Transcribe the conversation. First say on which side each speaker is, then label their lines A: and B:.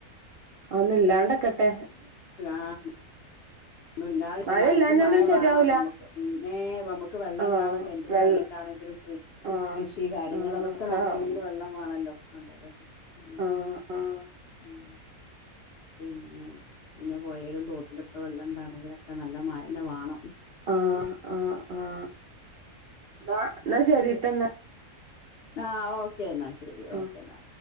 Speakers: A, on the right; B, on the left.
A: അതൊന്നും ഇല്ലാണ്ടക്കട്ടെ
B: <unintelligible> <unintelligible> ഒന്നുല്ലാതെ ക്ക്
A: മഴ
B: മയക്ക്
A: ഇല്ലാഞ്ഞാലും
B: മയ
A: ശരിയാവൂല
B: വാണം നമ്മക്ക് ന്നേ നമ്മക്ക് വെള്ളണ്ടാവണം
A: ആഹ്
B: കെ ട്ടില്
A: വെള്ള
B: വെള്ളം ണ്ടാണെങ്കിലും കൃ
A: ആഹ്
B: കൃഷി കാര്യങ്ങള്
A: ആഹ്
B: അതൊക്കെ നടത്തണെങ്കിലും വെള്ളം വാണല്ലോ അതെതെ ഉം
A: ആഹ് ആഹ്
B: ഉം പിന്നെ പിന്നെ പൊയേലും തോട്ടിലൊക്കെ വെള്ളണ്ടാണെങ്കിലൊക്കെ നല്ല മഴന്നെ വാണം
A: ആഹ് ആഹ് ആഹ് ന്നാ ന്നാ ശെരിട്ടോ ന്നാ
B: ആഹ് ഓക്കെ ന്നാ ശെരി
A: ആഹ്
B: ഓക്കെ ന്നാ